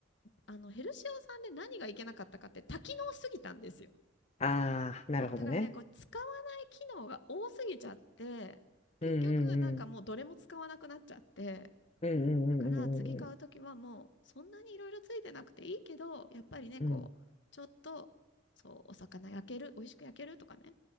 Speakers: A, on the left; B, on the left.
A: あの、ヘルシオさんで何がいけなかったかって多機能すぎたんですよ。
B: ああ、なるほどね。
A: そう、だからね、こう、使わない機能が多すぎちゃって、結局、
B: うんうんうん。
A: なんかもうどれも使わなくなっちゃって、
B: うんうんうんうんうん
A: だから次買うときはもう、そんなにいろいろついてなくていいけど、やっぱりね、
B: うん。
A: こう、ちょっと、そう、お魚焼ける、美味しく焼けるとかね。